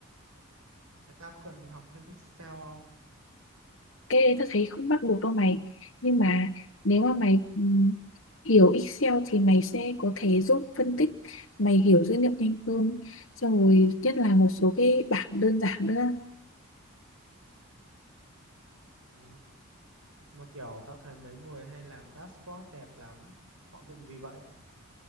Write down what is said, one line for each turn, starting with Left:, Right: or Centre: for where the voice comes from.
Right: người ta có cần học thêm Excel không
Left: cái đấy ta thấy không bắt buộc đâu mày nhưng mà nếu mà mày ừ, hiểu Excel thì mày sẽ có thể giúp phân tích mày hiểu dữ liệu nhanh hơn xong rồi nhất là một số cái bảng đơn giản nữa
Right: ừ. mà kiểu tao thấy mấy người hay làm dashboard đẹp lắm họ dùng gì vậy